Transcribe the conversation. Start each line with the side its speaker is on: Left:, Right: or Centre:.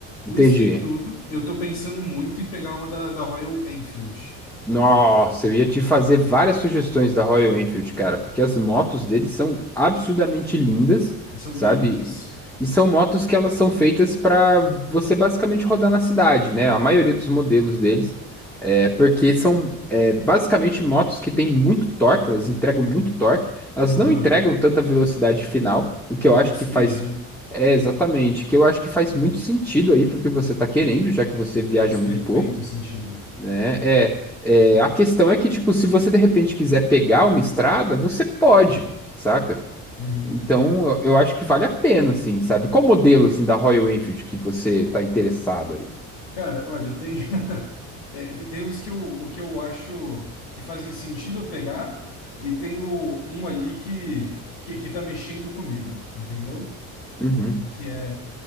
Left: Com
Centre: entendi.
Left: isso daí tudo, eu tô pensando muito em pegar uma da, da Royal Enfield.
Centre: Nossa, eu ia te fazer várias sugestões da Royal Enfield, cara, porque as motos deles são absurdamente lindas,
Left: São
Centre: sabe?
Left: lindas.
Centre: E são motos que elas são feitas para você basicamente rodar na cidade, né? A maioria dos modelos deles, é, porque são é, basicamente motos que têm muito torque, elas entregam muito torque, elas não
Left: Aham.
Centre: entregam tanta velocidade final, o que
Left: Com
Centre: eu
Left: top
Centre: acho que
Left: speed,
Centre: faz
Left: né?
Centre: é exatamente, que eu acho que faz muito sentido aí porque você tá querendo, já que você viaja
Left: Faz perfeito
Centre: muito pouco
Left: sentido.
Centre: né? É, é, a questão é que, tipo, se você de repente quiser pegar uma estrada, você pode, saca?
Left: Uhum.
Centre: Então, eu, eu acho que vale a pena, assim, sabe? Qual modelo, assim, da Royal Enfield que você tá interessado aí?
Left: Cara, olha, tem, <laughs> é, tem os que eu, o que eu acho que fazem sentido eu pegar, e tem o, um ali que, que, que tá mexendo comigo, entendeu?
Centre: Uhum,
Left: que é